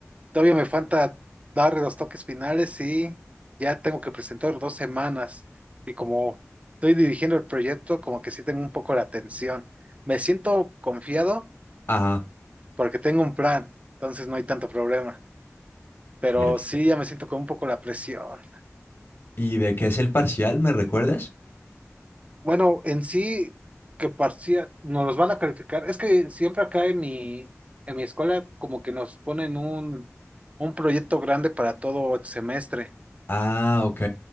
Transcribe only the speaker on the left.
Ajá,
perfecto.
¿Y de qué es el parcial, me recuerdas?
Ah, ok,